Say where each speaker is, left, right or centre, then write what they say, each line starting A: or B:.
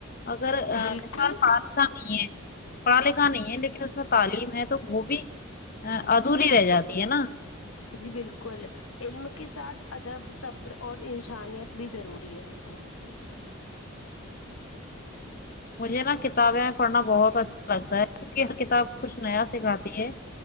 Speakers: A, on the left (about 45°); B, on the left (about 85°).
A: اگر
B: بالکل
A: سال پ اا نہیں ہے پڑھا لکھا نہیں ہے لیکن اس میں تعلیم ہے تو وہ بھی ادھوری رہ جاتی ہے نا
B: جی بالکل علم کے ساتھ ادب صبر اور انشانیت بھی ضروری ہے
A: مجھے نا کتابیں پڑھنا بہت اچھا لگتا ہے کیونکہ ہر کتاب کچھ نیا سکھاتی ہے